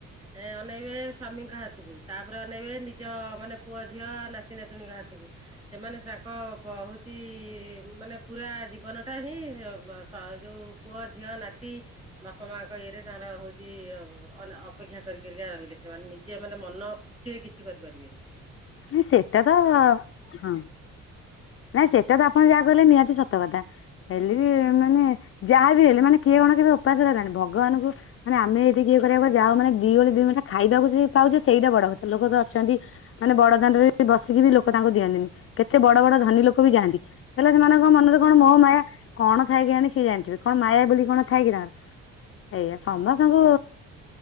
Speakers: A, on the right; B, on the left.
A: ଏ ଅନେଇବେ ସ୍ୱାମୀଙ୍କ ହାତକୁ ତାପରେ ଅନେଇବେ ନିଜ ମାନେ ପୁଅ, ଝିଅ, ନାତି, ନାତୁଣୀଙ୍କ ହାତକୁ। ସେମାନେ ତାଙ୍କ ପ ହଉଚି ମାନେ ପୁରା ଜୀବନ ଟା ହିଁ ମ ସ ଯୋଉ ପୁଅ, ଝିଅ, ନାତି ବାପା ମାଆଙ୍କ ଇଏରେ ତାର ହଉଚି ଅ ଅନ ଅପେକ୍ଷା କରିି କରିକା ରହିଲେ ସେମାନେ ନିଜେ ମାନେ ମନ ଖୁସିରେ କିଛି କରି ପାରିବେନି।
B: ନାଇଁ ସେଟା ତ ହଁ। ନାଇଁ ସେଟା ତ ଆପଣ ଯାହା କହିଲେ ନିହାତି ସତ କଥା ହେଲେ ବି ମାନେ ଯାହା ବି ହେଲେ ମାନେ କିଏ କଣ କେବେ ଉପାସ ରହିଲାଣି ଭଗବାନଙ୍କୁ ମାନେ ଆମେ ଏଇଟି କିଏ କରି ହବ ଯାହା ହଉ ମାନେ ଦି ଓଳି ଦି ମୁଠା ଖାଇବାକୁ ସିଏ ପାଉଚି ସେଇଟା ବଡ କଥା ଲୋକ ତ ଅଛନ୍ତି ମାନେ ବଡ ଦାଣ୍ଡରେ ବି ବସିକି ବି ଲୋକ ତାଙ୍କୁ ଦିଅନ୍ତିନି କେତେ ବଡ ବଡ ଧନୀ ଲୋକ ବି ଯାଆନ୍ତି। ହେଲେ ସେମାନଙ୍କ ମନରେ
A: ହୁଁ
B: କଣ ମୋହ ମାୟା କଣ ଥାଏ କେଜାଣି ସିଏ ଜାଣିଥିବେ କଣ ମାୟା ବୋଲି କଣ ଥାଏ କି ତାର। ଏଇଆ
A: ହୁଁ
B: ସମସ୍ତଙ୍କୁ